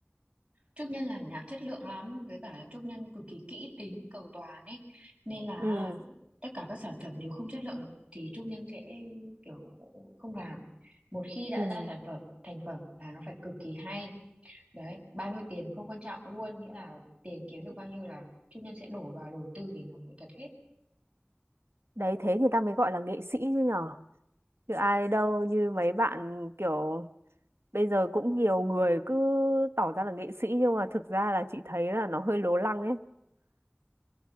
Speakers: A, on the right; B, on the right.
A: Trúc Nhân làm nhạc chất lượng lắm với cả là Trúc Nhân cực kỳ kỹ tính cầu toàn ấy nên là
B: Ừ,
A: tất cả các sản phẩm nếu không chất lượng thì Trúc Nhân sẽ kiểu không làm một khi đã
B: ừ.
A: ra sản phẩm thành phẩm là nó phải cực kỳ hay đấy bao nhiêu tiền không quan trọng luôn nghĩa là tiền kiếm được bao nhiêu là Trúc Nhân sẽ đổ vào đầu tư để làm nghệ thuật hết
B: Đấy thế người ta mới gọi là nghệ sĩ chứ nhở. Chứ ai đâu như mấy bạn kiểu bây giờ cũng nhiều người cứ tỏ ra là nghệ sĩ nhưng mà thực ra là chị thấy là nó hơi lố lăng ấy